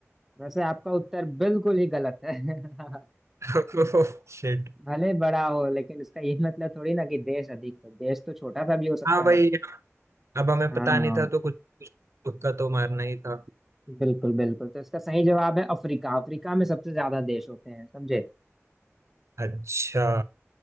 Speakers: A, in the centre; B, on the right.
A: वैसे आपका उत्तर बिल्कुल ही गलत है <laughs>
B: <laughs> शिट
A: भले बड़ा हो लेकिन इसका ये मतलब थोड़ी ना कि देश अधिक है देश तो छोटा सा भी हो सकता
B: हाँ
A: है
B: भाई
A: ना
B: अब हमें
A: हाँ
B: पता नहीं था तो कुछ कुछ तुक्का तो मारना ही था
A: बिल्कुल बिल्कुल तो इसका सही जवाब है अफ्रीका अफ्रीका में सबसे ज्यादा देश होते हैं समझे
B: अच्छा